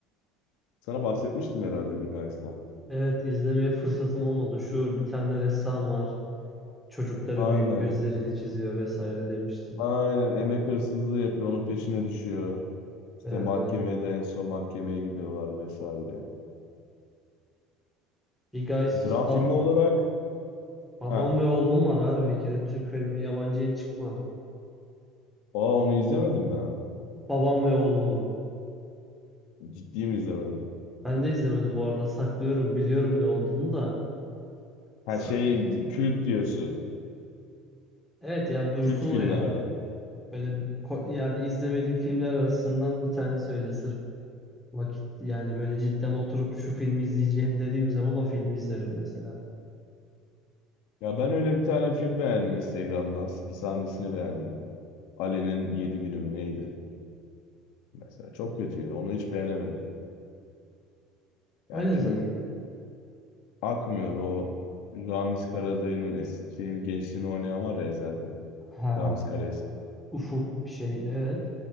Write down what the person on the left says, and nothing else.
Sana bahsetmiştim herhalde Big Eyes'tan.
Aynen.
Aynen. Emek hırsızlığı yapıyor. Onun peşine düşüyor. İşte
mahkemeye
de en son mahkemeye gidiyorlar vesaire.
Dram
filmi olarak
ha,
aa onu izlemedim ben.
Ciddi mi izlemedin?
Her şey kült diyorsun.
Kült filmlerden.
Ya ben öyle bir tane film beğendim Instagram'dan. Bir sahnesini beğendim. Ali'nin Yedi günü mü neydi? Mesela çok kötüydü. Onu hiç beğenemedim. Yani
film
akmıyordu. O Ramiz Karadayı'nın eskiğini, gençliğini oynayan var ya Ezel'de.
Ramiz
Karaeski.